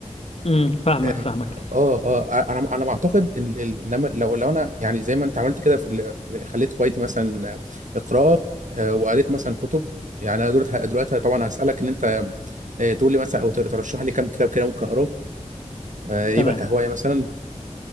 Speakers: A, on the left; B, on the right.
A: امم فاهمك
B: اه
A: فاهمك
B: اه آه، انا انا بعتقد ان ال- انما لو لو انا يعني زي ما انت عملت كده في ال- خليت هوايتي مثلا قراءه آه، وقريت مثلا كتب يعني انا دلوقتي دلوقتي طبعا هسالك ان انت آه، تقول لي مثلا او تر- ترشح لي كام كتاب كده ممكن اقراه آه، يبقى
A: تمام
B: كهوايه مثلا